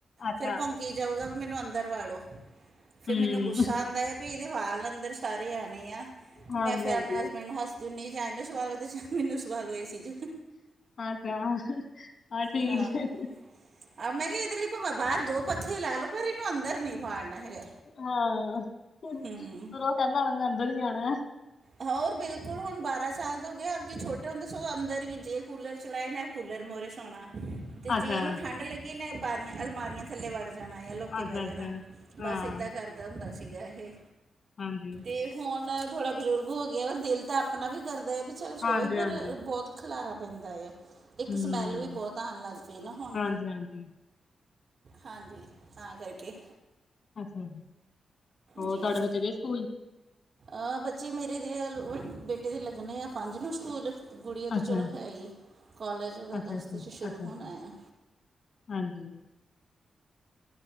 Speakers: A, on the left; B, on the right.
A: ਅੱਛਾ
B: ਫੇਰ ਭੋਂਕੀ ਕਈ ਜਾਊਗਾ ਵੀ ਮੈਨੂੰ ਅੰਦਰ ਵਾੜੋ ਫੇਰ
A: ਹੂੰ,
B: ਮੈਨੂੰ ਗੁੱਸਾ ਆਂਦਾ ਆ- ਇਹਦੇ ਵਾਲ ਅੰਦਰ ਸਾਰੇ ਆਣੇ ਆ ਤੇ
A: ਹਾਂਜੀ-ਹਾਂਜੀ।
B: ਮੈਂ ਫੇਰ ਆਪਣੇ ਹਸਬੈਂਡ ਨੂੰ ਹੱਸਦੀ ਹੂਣੀ ਹਾਂ ਜਾਂ ਇਹਨੂੰ ਸਵਾਲੋ ਜਾ ਮੇ ਮੈਨੂੰ ਸਵਾਲੋ ਏ ਸੀ ਚ
A: ਅੱਛਾ, ਹਾਂ ਠੀਕ
B: ਆਹ
A: ਐ,
B: ਆਹ ਮੈਂ ਕਿਹਾ ਇਹਦੇ ਲਈ ਪਾਵਾਂ ਬਾਰ ਦੋ ਪੱਖੇ ਲਾਲੋ ਪਰ ਇਹਨੂੰ ਅੰਦਰ ਨਹੀਂ ਵਾੜਨਾ ਹੈਗਾ।
A: ਹਾਂ ਫੇਰ
B: ਹੂੰ
A: ਉਹ ਕਹਿੰਦਾ ਹੋਣਾ ਮੈਂ ਅੰਦਰ ਹੀ ਆਣਾ।
B: ਹਾਂ ਹੋਰ ਬਿਲਕੁਲ ਹੁਣ ਬਾਰਾਂ ਸਾਲ ਤੋਂ ਹੋਗੇ ਅੱਗੇ ਛੋਟੇ ਹੁੰਦੇ ਸਗੋ ਅੰਦਰ ਗਿਜ ਗੇ ਕੂਲਰ ਚਲਾਏ ਨੇ ਕੂਲਰ ਮੋਹਰੇ ਸੋਣਾ ਤੇ ਜੇ
A: ਅੱਛਾ,
B: ਇਹਨੂੰ ਠੰਡ ਲੱਗੀ ਨਾ ਬਾਰੀਆਂ ਅਲਮਾਰੀਆਂ ਥੱਲੇ ਵੱੜ ਜਾਣਾ ਆ ਲੋਕ ਕੇ
A: ਅੱਛਾ-ਅੱਛਾ।
B: ਬੈ ਜਾਣਾ
A: ਹਾਂ,
B: ਬਸ ਏਦਾਂ ਕਰਦਾ ਹੁੰਦਾ ਸੀਗਾ ਇਹ
A: ਹਾਂਜੀ।
B: ਤੇ ਹੁਣ ਥੋੜਾ ਬਜ਼ੁਰਗ ਹੋ ਗਿਆ ਵੈ ਦਿਲ ਤਾਂ ਆਪਣਾ ਵੀ ਕਰਦਾ ਹੈ ਵੀ ਚੱਲ ਸੋਵੇ
A: ਹਾਂਜੀ-ਹਾਂਜੀ,
B: ਪਰ ਬੋਤ ਖਲਾਰਾ ਪੈਂਦਾ ਏ ਇੱਕ
A: ਹੂੰ,
B: ਸਮੈੱਲ ਵੀ ਬਹੁਤ ਆਣ ਲੱਗ ਪਈ ਨਾ ਹੁਣ
A: ਹਾਂਜੀ-ਹਾਂਜੀ।
B: ਹਾਂਜੀ ਤਾ ਕਰਕੇ
A: ਅੱਛਾ ਹੋਰ
B: ਜੀ
A: ਤੁਹਾਡੇ ਬੱਚੇ ਗਏ ਸਕੂਲ?
B: ਅ ਬੱਚੇ ਮੇਰੇ ਦੇ ਬੇਟੇ ਦੇ ਲੱਗਣੇ ਆ ਪੰਜ ਨੂੰ ਸਕੂਲ ਗੁੜੀਆ ਤਾਂ
A: ਅੱਛਾ,
B: ਚਲੋ ਹੈ ਹੀ ਕੋਲਜ ਉਹਦਾ ਅਗਸਤ
A: ਅੱਛਾ-ਅੱਛਾ,
B: ਚ ਸ਼ੁਰੂ
A: ਅੱਛਾ-ਅੱਛਾ,
B: ਹੋਣਾ ਆ।
A: ਹਾਂਜੀ।